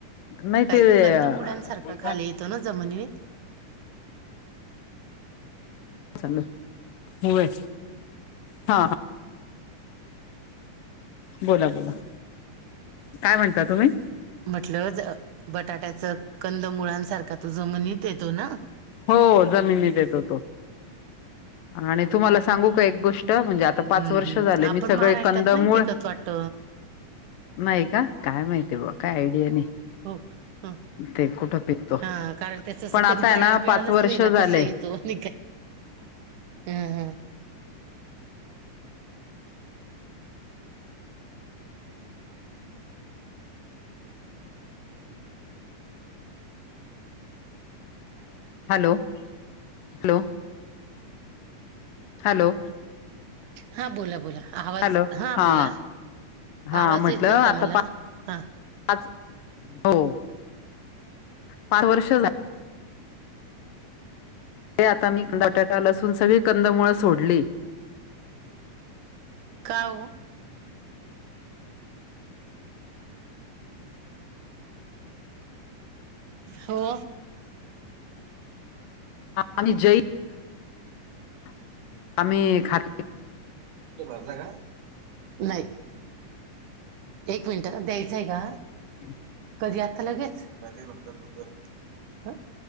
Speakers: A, on the left; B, on the right.
A: नाही
B: काय
A: ते
B: कंद
A: अ,
B: मुड्यांसारखं
A: फोन
B: खाली येतो ना जमिनीत
A: चल होय हा हा बोला बोला काय म्हणता तुम्ही
B: म्हटलं ज अ बटाट्याच कंद मुळ्यानंसारखा तो जमनीत येतो ना
A: हो जमिनीत येतो तो आणि तुम्हाला सांगू का एक गोष्ट म्हणजे आत
B: हम्म
A: आता पाच वर्ष
B: हम्म
A: झाले
B: आपण
A: मी सगळे
B: महाराष्ट्रात
A: कंदमूळ
B: नाही पिकत वाटत
A: नाही का काय माहिती बुआ काय आयडिया नाही.
B: हो ह
A: ते कुठं पिकतो
B: हा कारण त्याच
A: पण आता
B: कधी
A: आहे
B: पायला
A: ना
B: मिळालंच
A: पाच वर्ष
B: नाय
A: झाले
B: ना कसत तो नय का ह ह
A: हॅलो, हॅलो हॅलो
B: हां बोला बोला आवाज
A: हॅलो
B: हां
A: हा
B: बोला
A: हा
B: आवाज
A: म्हटलं
B: येत नव्हता
A: आता
B: मला हां
A: पाच हो पाच वर्ष झा ते आता मी बटाटा लसून सगळी कंदमुळ सोडली.
B: का ओ? हो.
A: आणि ज <inaudible> आम्ही खात
B: तो भरला का नाही. एक मिनिट द्यायचाय का?
A: <unintelligible>
B: कधी आता लगेच कधी उत्तर बुधवार